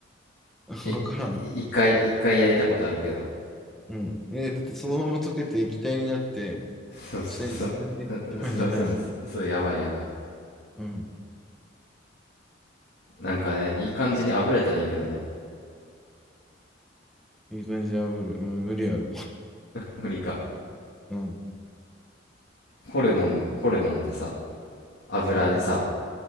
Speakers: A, in the centre; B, on the left.
A: <laughs>
B: えい一回一回焼いたことあるけど
A: わからん。うん。え、だってそのまま溶けて液体になって、
B: そうそうそうそうそうそうそうそうやばいやばい
A: 下に沈んでいってしまうんじゃないのうん。
B: なんかねいい感じに炙れたらいいんやけどね
A: いい感じで炙る。うん、無理やろ。
B: 無理か
A: うん。
B: ホルモンホルモンでさ油でさ
A: うん。